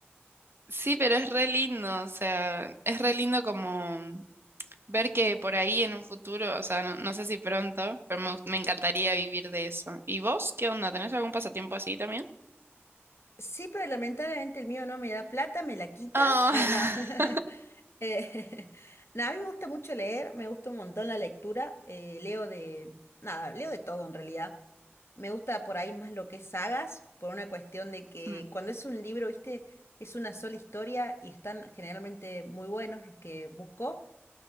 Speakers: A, on the right; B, on the left.
A: Sí, pero es re lindo, o sea, es re lindo como ver que por ahí en un futuro, o sea, no, no sé si pronto, pero me, gust- me encantaría vivir de eso. ¿Y vos qué onda? ¿Tenés algún pasatiempo así también?
B: Sí, pero lamentablemente el mío no me da plata, me la quita.
A: Oh.
B: Eh, no. <laughs>
A: <laughs>
B: Eh, <laughs> no, a mí me gusta mucho leer, me gusta un montón la lectura. eh, leo de, nada, leo de todo en realidad. Me gusta por ahí más lo que es sagas, por una cuestión de que
A: Mm.
B: cuando es un libro, viste, es una sola historia y están generalmente muy buenos los que busco.